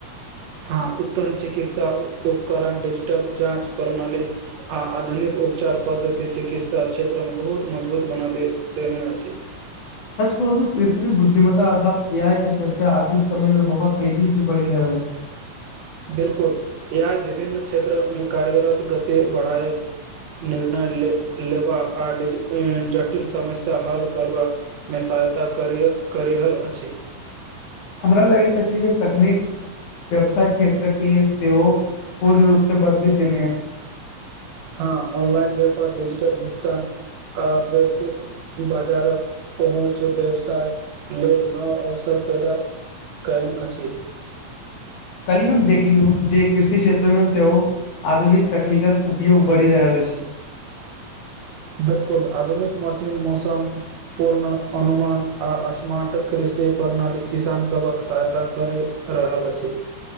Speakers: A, on the right; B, on the left.
A: हँ उत्तम चिकित्सा उपकरण डिजिटल जाँच प्रणाली आ आधुनिक उपचार पद्धति चिकित्सा क्षेत्र मऽ बहुत मजबूत बना दे देने अछि
B: सच कहू त कृत्रिम बुद्धिमता अर्थात न्याय के चर्चा आजुक समय में बहुत तेजी सेी बढ़ि रहल अछि
A: बिल्कुल ए आई विभिन्न क्षेत्र मे कार्यरत गति बढ़ाए निर्णय ले लेबा आ जटिल समस्या हल करबाक मे सहायता करय रहलल अछि
B: हमरा लागैत अछि जे तकनीक व्यवसाय क्षेत्र के सेहो पूर्ण रूप से बदलि देने अछि
A: हँ ऑनलाइन व्यापार डिजिटल भुगतान आ बेसिक बाजारक पहुँच व्यवसाय लेल नव अवसर पैदा कैयन अछि
B: काल्हि हम देखलियौ जे कृषि क्षेत्रमे सेहो आधुनिक तकनीकक उपयोग बढ़ि रहल अछि <inaudible>
A: बिलकुल आधुनिक मशीन मौसम पूर्ण अनुमान आ स्मार्ट कृषि प्रणाली किसान सभक सहायता करी रहल अछि।